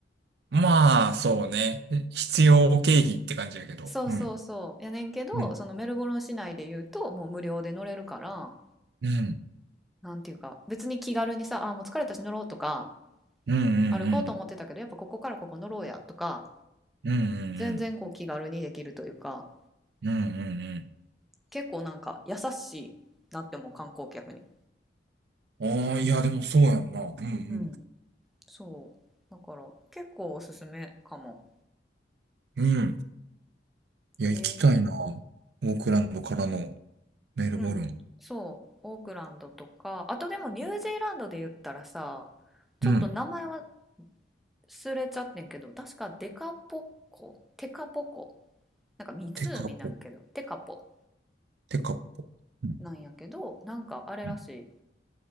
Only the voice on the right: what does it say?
まあ、そうね。必要経費って感じやけど。
うん。
うん。
うん。
うんうんう
ん。
うんうんうん。
うんうん
うん。ああ、いや、でもそうやんな。うん
うん。うん。いや、
行きたいな。オークランドからのメルボルン。
うん。
テカポ、
テカポ。うん。
うん